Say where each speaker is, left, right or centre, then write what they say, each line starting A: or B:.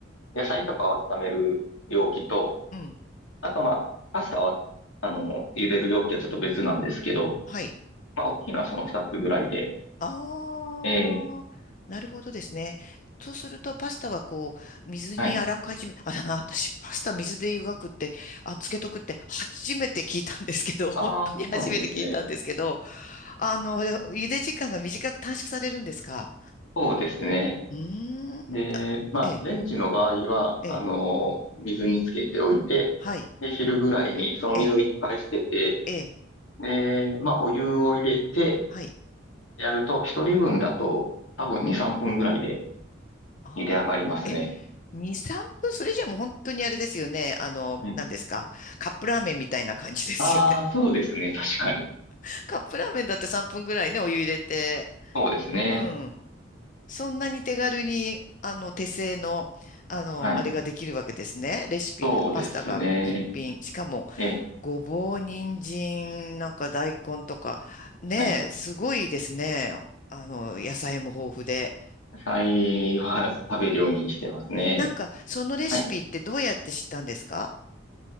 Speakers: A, on the left; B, on the left.
A: 野菜とかを温める容器と、
B: うん。
A: あとまあ、パスタは、あの、茹でる容器はちょっと別なんですけど、
B: はい。
A: まあ、大きいのはその二つぐらいで。
B: ああ、
A: ええ、
B: なるほどですね。そうすると、パスタはこう、水にあらかじめ、
A: はい。
B: <laughs> あ、だな、私、パスタ水で湯がくって、あ、つけとくって、初めて聞いたんですけど、<laughs> 本当に初めて聞いたんですけど、
A: ああ、そうなんですね。
B: あの、茹で時間が短く短縮されるんですか
A: そうですね。
B: うーん、
A: で、
B: だええ、
A: まあ、レンジの場合は、
B: ええ、
A: あの、水につけておいて、
B: はい、
A: で、昼ぐらいにその水を一回捨てて、
B: ええ、ええ、
A: で、まあ、お湯を入れて、
B: はい。
A: やると、一人分だと多分2、3分ぐらいで
B: ああ、
A: 茹で上がりますね。
B: 2、3分、それじゃもう本当にあれですよね。あの、
A: はい。
B: 何ですか。カップラーメンみたいな感じですよね。
A: ああ、そうですね。確かに。
B: <laughs> カップラーメンだって3分ぐらいね、お湯入れて、
A: そうですね。
B: うん。そんなに手軽に、あの、手製の、あの、
A: はい。
B: あれができるわけですね。レシピが、
A: そうですね。
B: パスタが一品。しかも、
A: ええ、
B: ごぼう、人参、なんか大根とか、ねえ、
A: はい。
B: すごいですね。あの、野菜も豊富で。
A: 野菜は食べるようにしてますね。
B: なんか、そのレシピってどうやって知ったんですか
A: はい。い